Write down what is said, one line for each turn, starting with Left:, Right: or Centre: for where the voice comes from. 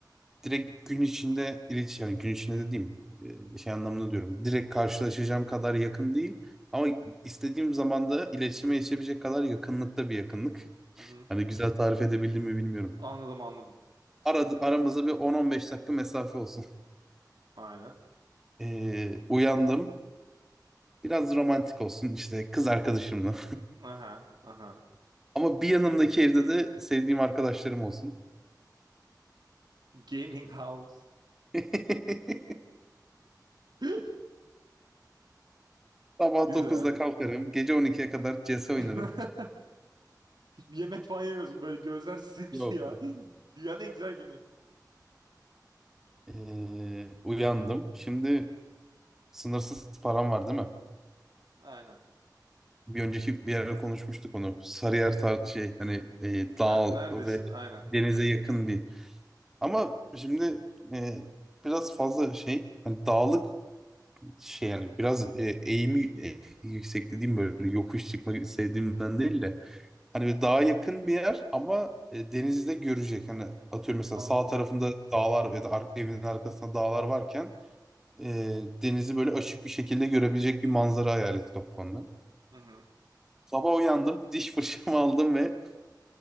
Centre: direkt gün içinde iletişim yani gün içinde dediğim eee, şey anlamında diyorum direkt karşılaşacağım kadar yakın değil ama istediğim zamanda iletişime geçebilecek kadar yakınlıkta bir yakınlık.
Right: Hı hı.
Centre: Hani güzel tarif edebildim mi bilmiyorum.
Right: Anladım anladım.
Centre: Aradı, aramızda bir 10-15 dakika mesafe olsun.
Right: Aynen.
Centre: Ee, uyandım. Biraz romantik olsun işte kız arkadaşımla.
Right: Aha. Aha.
Centre: <laughs> Ama bir yanımdaki evde de sevdiğim arkadaşlarım olsun.
Right: Gaming house.
Centre: <laughs>
Right: <laughs>
Centre: Sabah
Right: Güzel.
Centre: 9'da kalkarım. Gece on ikiye kadar CS oynarım.
Right: <laughs> Yemek falan yemiyorsun böyle gözler simsiyah.
Centre: Yok. yok.
Right: Dünyanın en güzel günü.
Centre: Ee, uyandım. Şimdi sınırsız param var değil mi?
Right: Aynen.
Centre: Bir önceki bir yerde konuşmuştuk onu. Sarıyer tar şey hani e, dağ
Right: Heh, neredesin?
Centre: ve
Right: Aynen.
Centre: denize yakın bir Ama şimdi e, biraz fazla şey hani dağlık şey yani biraz e, eğimi e, yüksek dediğim böyle yokuş çıkmak sevdiğimden değil de hani böyle dağa yakın bir yer ama e, denizi de görecek. Hani atıyorum mesela
Right: Anladım.
Centre: sağ tarafında dağlar ya da ar- evin arkasında dağlar varken e, denizi böyle açık bir şekilde görebilecek bir manzara hayal et kafanda.
Right: Hı hı.
Centre: Sabah uyandım, <laughs> diş fırçamı aldım ve